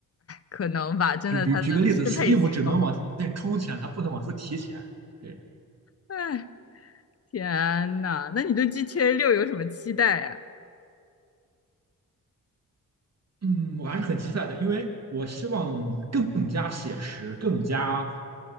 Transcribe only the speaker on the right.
就比如举个例子，Steam 只能往前充钱，它不能往出提钱。对，
嗯，我还是很期待的，因为我希望更加写实，更加